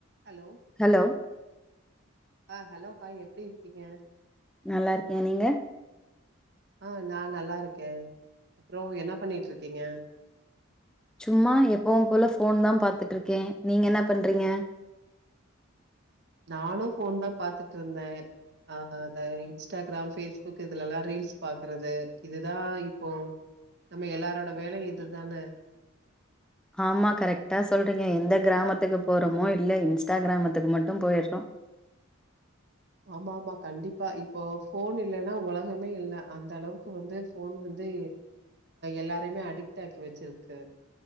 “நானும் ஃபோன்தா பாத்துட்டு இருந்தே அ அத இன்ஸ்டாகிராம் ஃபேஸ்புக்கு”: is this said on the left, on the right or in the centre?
Right